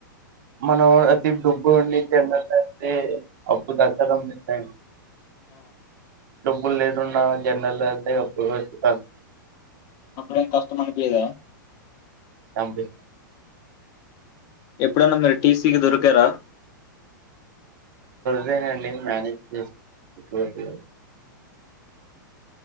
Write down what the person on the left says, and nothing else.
ఆ.
అప్పుడేం కష్టం అనిపీయదా
ఎప్పుడన్నా మీరు టీసీకి దొరికారా